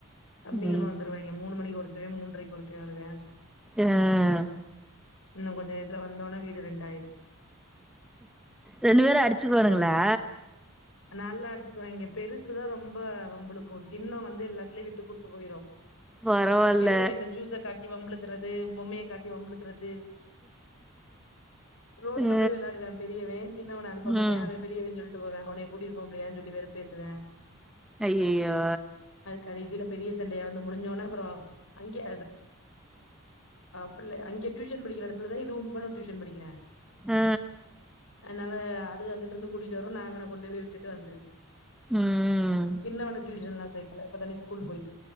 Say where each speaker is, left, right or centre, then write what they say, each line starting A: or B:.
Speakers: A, on the left; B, in the centre.
A: தம்பிங்கல்லா
B: ம்
A: வந்துருவாய்ங்க மூணு மணிக்கு ஒருத் தே மூன்றைக்கொர்த்தே வருவ்யா
B: ஆஹ்
A: இன்னு கொஞ்ச நேரத்துல வந்தோன வீடு ரெண்டாயிரம்
B: ரெண்டு பேரும் அடிச்சுக்குவாணுங்களா
A: ம் நல்லா அடிச்சுக்குவாங்க பெருசு தான் ரொம்ப வம்பளுக்கும் சின்னவன் வந்து எல்லாத்திலயும் விட் கொடுத்து போயிரும்
B: பரவால்ல
A: பெரியவன் இந்த ஜூஸை காட்டி வம்பழுக்கிறது பொம்மைய காட்டி வம்பழுக்கிறது ரோட்ல
B: ஆ
A: போய் விளையாடுவான் பெரியவன் சின்னவனை அனுப்ப மாட்டேன்
B: ம்
A: அவன் பெரியவன் சொல்லிட்டு போவான் அவனை கூட்டிரு போவ முடியாதுன்னு சொல்லி வெறுப்பு ஏத்துவான்
B: அய்யயோ
A: கடைசில பெரிய சண்டையா வந்து முடிஞ்சா உடனே அப்புறம் அங்கயே பிள்ள அங்க டியூஷன் படிக்கிற இடத்துல தான் இதுவும் இவனும் டியூஷன் படிக்கிறான்
B: ஆ ஆ
A: அன்னால அங்கட்டு இருந்து கூட்டட்டு வரும் நான் அவனை கொண்டு போய்ட்டு வந்துரு
B: ம்
A: சின்ன வேண டியூஷன்ல ப்ப <unintelligible> கு போய <unintelligible>